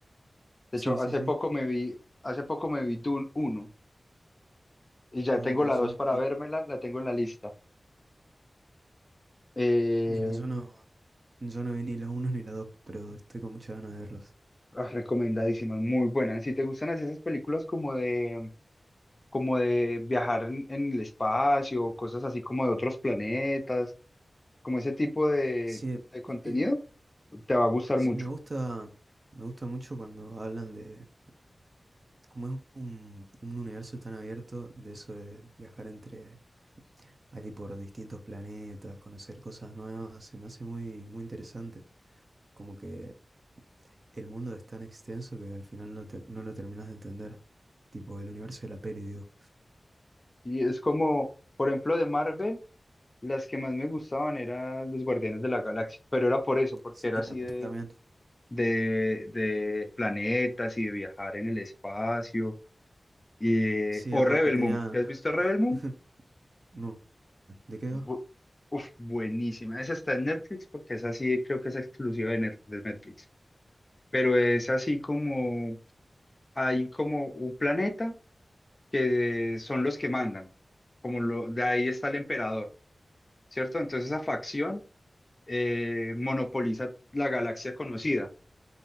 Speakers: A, on the left (about 25°); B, on the right (about 45°).
A: De
B: Sí,
A: hecho,
B: sí,
A: hace
B: sí.
A: poco me vi, hace poco me vi Dune uno y ya
B: Ah,
A: tengo
B: mira,
A: la
B: yo
A: 2
B: no
A: para
B: vi,
A: vérmela, la tengo en la lista. Eh,
B: mira, yo no, yo no vi ni la uno ni la dos pero estoy con muchas ganas de verlas.
A: ah, recomendadísima, muy buena. Si te gustan así esas películas como de, como de viajar en, en el espacio, cosas así como de otros planetas, como ese tipo de,
B: Sí,
A: de contenido,
B: <clears throat>
A: te va a gustar
B: Sí,
A: mucho.
B: me gusta, me gusta mucho cuando hablan de cómo es un, un universo tan abierto, de eso de viajar entre ahí por distintos planetas, conocer cosas nuevas, se me hace muy, muy interesante. Como que el mundo es tan extenso que al final no, te- no lo terminas de entender. Tipo el universo de la peli, digo.
A: Y es como, por ejemplo, de Marvel. Las que más me gustaban eran los Guardianes de la Galaxia, pero era por eso, porque
B: Sí,
A: era así
B: tam-
A: de,
B: también.
A: de, de planetas y de viajar en el espacio. Y, eh,
B: Sí,
A: o
B: aparte
A: Rebel
B: tenía.
A: Moon, ¿te has visto Rebel Moon?
B: <laughs> No, ¿de qué
A: Bu-
B: va?
A: Uf, buenísima. Esa está en Netflix porque es así, creo que es exclusiva de Net- de Netflix. Pero es así como, hay como un planeta que son los que mandan, como lo, de ahí está el emperador, ¿cierto? Entonces esa facción eh, monopoliza la galaxia conocida.